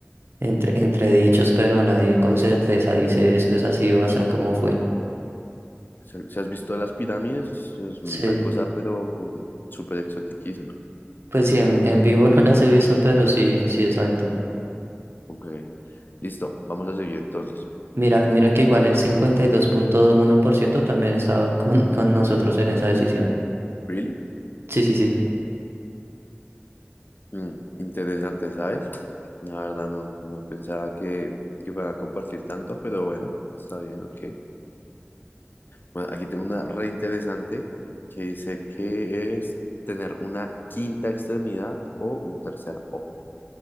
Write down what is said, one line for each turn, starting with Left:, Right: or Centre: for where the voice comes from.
Right: entre, entredichos, pero nadie con certeza dice esto es así o así como fue.
Left: Si si has visto las pirámides, es
Right: Sí,
Left: una cosa, pero um, súper exotiquísima.
Right: pues sí, en, en vivo <laughs> no las he visto, pero sí, sí, exacto.
Left: Ok. Listo, vamos a seguir entonces.
Right: Mira,
Left: Ay,
Right: mira que igual el cincuenta y dos punto uno por ciento también estaba con, con nosotros en esa decisión.
Left: ¿Really?
Right: Sí, sí, sí.
Left: Mm, interesante, ¿sabes? La verdad no, no pensaba que, que fueran a compartir tanto, pero bueno, está bien, ok. Bueno, aquí tengo una re interesante que dice que es tener una quinta extremidad o un tercer ojo.